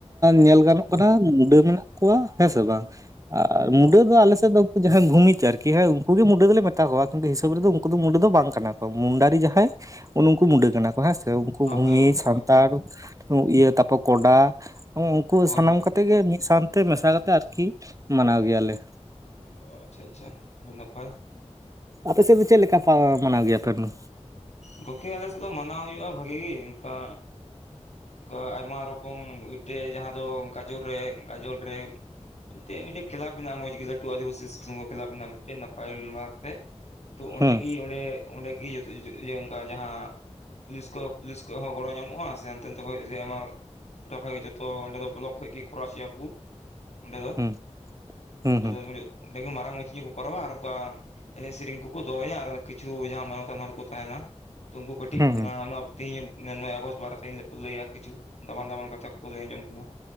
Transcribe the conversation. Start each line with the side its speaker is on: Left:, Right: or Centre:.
Right: ᱧᱮᱞ ᱜᱟᱱᱚᱜ ᱠᱟᱱᱟ ᱢᱩᱰᱟᱹ ᱢᱮᱱᱟᱜ ᱠᱚᱣᱟ ᱦᱮᱸ ᱥᱮ ᱵᱟᱝ ᱟᱨ ᱢᱩᱰᱟᱹ ᱫᱚ ᱟᱞᱮᱥᱮᱫ ᱫᱚ, ᱡᱟᱦᱟᱸᱭ ᱵᱷᱩᱢᱤᱠᱟ ᱟᱨ ᱠᱤ ᱩᱱᱠᱩ ᱜᱮ ᱢᱩᱰᱟᱹ ᱫᱚᱞᱮ ᱢᱮᱛᱟ ᱠᱚᱣᱟ ᱠᱤᱱᱛᱩ ᱦᱤᱥᱟᱹᱵ ᱨᱮᱫᱚ ᱩᱱᱠᱩ ᱫᱚ ᱢᱩᱰᱟᱹ ᱫᱚ ᱵᱟᱝ ᱠᱟᱱᱟ ᱠᱚ ᱢᱩᱱᱰᱟᱨᱤ ᱡᱟᱦᱟᱸᱭ, ᱩᱱᱠᱩ ᱢᱩᱰᱟᱹ ᱠᱟᱱᱟ ᱠᱚ ᱦᱮᱸ ᱥᱮ ᱩᱱᱠᱩ ᱵᱷᱩᱢᱤ
Left: ᱦᱳᱭ ᱜᱚᱝᱠᱮ
Right: ᱥᱟᱱᱛᱟᱲ
Left: ᱦᱳᱭ
Right: ᱤᱭᱟᱹ ᱛᱟᱨᱯᱚᱨ ᱠᱚᱰᱟ, ᱩᱱᱠᱩ
Left: ᱦᱳᱭ
Right: ᱥᱟᱱᱟᱢ
Left: ᱦᱳᱭ
Right: ᱠᱟᱛᱮ ᱜᱮ ᱢᱤᱫ ᱥᱟᱶᱛᱮ ᱢᱮᱥᱟ ᱠᱟᱛᱮ ᱟᱨᱠᱤ ᱢᱟᱱᱟᱣ ᱜᱮᱭᱟᱞᱮ,
Left: ᱚ ᱟᱪᱪᱷᱟ ᱟᱪᱪᱷᱟ ᱟᱹᱰᱤ ᱱᱟᱯᱟᱭ,
Right: ᱟᱯᱮ ᱥᱮᱫ ᱫᱚ ᱪᱮᱫ ᱞᱮᱠᱟ ᱯᱟᱣᱟᱨ ᱢᱟᱱᱟᱣ ᱜᱮᱭᱟ ᱯᱮ ᱚᱱᱟ,
Left: ᱜᱚᱢᱠᱮ ᱟᱞᱮ ᱥᱮᱫ ᱫᱚ ᱢᱟᱱᱟᱣ ᱦᱩᱭᱩᱜ-ᱟ ᱵᱷᱟᱜᱤ ᱚᱱᱠᱟ, ᱚᱱᱠᱟ ᱟᱭᱢᱟ ᱨᱚᱠᱚᱢ ᱢᱤᱫᱴᱮᱡ ᱡᱟᱦᱟᱸ ᱫᱚ ᱜᱟᱡᱚᱨ ᱨᱮ ᱜᱟᱡᱚᱨ ᱨᱮ, ᱢᱤᱫᱴᱮᱱ ᱢᱤᱫᱴᱮᱡ ᱠᱮᱞᱟᱯ ᱢᱮᱱᱟᱜ-ᱟ ᱢᱚᱡᱽ ᱜᱮ ᱞᱟᱹᱴᱩ ᱟᱹᱫᱤᱵᱟᱹᱥᱤ ᱥᱩᱥᱚᱝᱜᱚ ᱠᱮᱞᱟᱯ ᱢᱮᱱᱟᱜ-ᱟ ᱢᱤᱫᱴᱮᱱ ᱱᱟᱯᱟᱭ ᱛᱮ- ᱛᱚ ᱚᱸᱰᱮ
Right: ᱦᱩᱸ
Left: ᱜᱮ ᱚᱸᱰᱮ, ᱚᱸᱰᱮ ᱜᱮ ᱡᱚᱛᱚ ᱚᱱᱠᱟ ᱡᱟᱦᱟᱸ ᱯᱩᱞᱤᱥ ᱠᱚ ᱯᱩᱞᱤᱥ ᱠᱚ ᱦᱚᱸ ᱜᱚᱲᱚ ᱧᱟᱢᱚᱜᱼᱟ ᱥᱮ, ᱚᱱᱛᱮ ᱠᱷᱚᱡ ᱟᱭᱢᱟ ᱴᱚᱴᱷᱟ ᱠᱷᱚᱡ ᱡᱚᱛᱚ ᱚᱸᱰᱮ ᱫᱚ ᱵᱞᱚᱠ ᱠᱷᱚᱡ ᱜᱮ ᱠᱚᱨᱟᱣ ᱦᱚᱪᱚᱭᱟ ᱠᱚ, ᱚᱸᱰᱮ ᱫᱚ
Right: ᱦᱩᱸ ᱦᱩᱸ
Left: ᱚᱸᱰᱮ
Right: ᱦᱩᱸ
Left: ᱫᱚ ᱚᱸᱰᱮ ᱜᱮ ᱢᱟᱨᱟᱝ ᱢᱟᱹᱪᱤ ᱧᱚᱜ ᱠᱚ ᱠᱚᱨᱟᱣᱟ ᱟᱨ ᱚᱱᱠᱟ, ᱮᱱᱮᱡ ᱥᱮᱨᱮᱧ ᱠᱚᱠᱚ ᱫᱚᱦᱚᱭᱟ ᱟᱨ ᱠᱤᱪᱷᱩ ᱡᱟᱦᱟᱸ ᱢᱟᱱᱚᱛᱟᱱ ᱦᱚᱲ ᱠᱚ ᱛᱟᱦᱮᱱᱟ, ᱛᱚ ᱩᱱᱠᱩ ᱠᱟᱹᱴᱤᱡ
Right: ᱦᱩᱸ ᱦᱩᱸ
Left: ᱚᱱᱟ ᱛᱤᱦᱤᱧ ᱱᱚᱭ ᱟᱜᱚᱥᱴ ᱵᱟᱨᱮ ᱛᱮᱧ ᱞᱟᱹ ᱞᱟᱹᱭᱟ ᱠᱤᱪᱷᱩ ᱫᱟᱢᱟᱱ ᱫᱟᱵᱟᱱ ᱠᱟᱛᱷᱟ ᱠᱚ ᱞᱟᱹᱭ ᱟᱸᱡᱚᱢ ᱠᱟᱱᱟ᱾